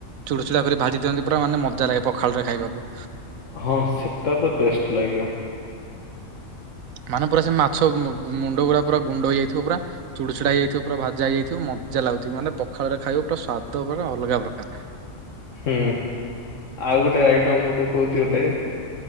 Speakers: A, on the right; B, on the left.
A: ଚୁଡୁଚୁଡ଼ା କରି ଭାଜି ଦିଅନ୍ତି ପୁରା ମାନେ ମଜା ଲାଗେ ପଖାଳରେ ଖାଇବାକୁ।
B: ହଁ ସେଟା ତ ବେଷ୍ଟ ଲାଗିବ।
A: ମାନେ ପୁରା ସେ ମାଛ ମୁ ଗୁ ମୁଣ୍ଡ ପୁରା ଗୁଣ୍ଡ ହେଇଯାଇଥିବ ପୁରା। ଚୁଡୁଚୁଡା ହେଇଯାଇଥିବ ପୁରା ଭାଜା ହେଇଯାଇଥିବ ମଜା ଲାଗୁଥିବ ମାନେ ପଖାଳରେ ଖାଇବ ପୁରା ସ୍ଵାଦ ପୁରା ଅଲଗା ପ୍ରକାର।
B: ହୁଁ ଆଉ ଗୋଟେ ଆଇଟମ ଗୋଟେ କହୁଛି ଗୋଟେ।